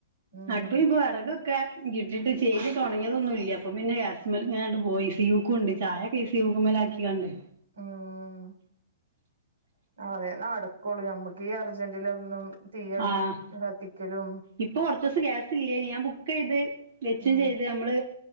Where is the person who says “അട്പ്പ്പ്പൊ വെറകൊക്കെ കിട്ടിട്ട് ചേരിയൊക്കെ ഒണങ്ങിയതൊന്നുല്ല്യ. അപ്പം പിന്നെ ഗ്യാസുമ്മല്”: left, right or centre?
Right